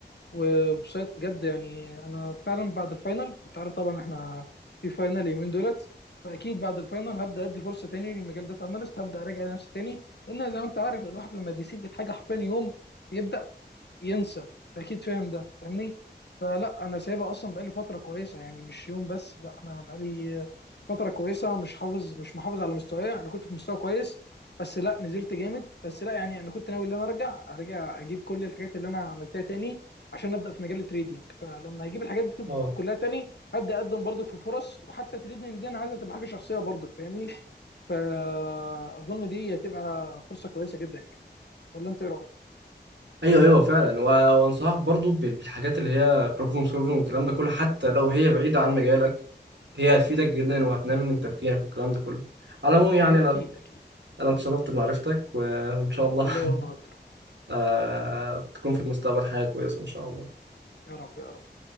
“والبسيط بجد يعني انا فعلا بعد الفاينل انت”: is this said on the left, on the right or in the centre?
Left